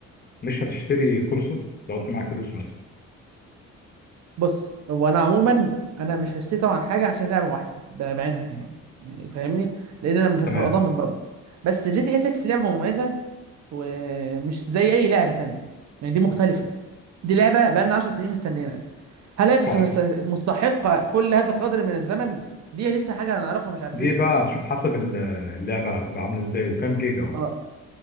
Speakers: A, on the left; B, on the right.
A: مش هتشتري كونسول لو انت معاك فلوس مثلا
B: بص هو انا عموما انا مش هشتكي طبعا حاجه عشان لعبه واحده ب- بعينها يعني يعني فاهمني لان انا مش
A: تمام
B: هبقى ضامن برضه بس جي تي اس 6 لعبه مميزه ومش زي اي لعبه تانية يعني دي مختلفه دي لعبه بقالنا 10 سنين مستنينا هل هي تس-
A: صح
B: تس- مستحقه كل هذا القدر من الزمن دي لسه حاجه هنعرفها مش عارفين
A: دي بقى هتشوف حسب ال- اللعبة هتبقى عاملة ازاي وكام جيجا اصلا
B: اه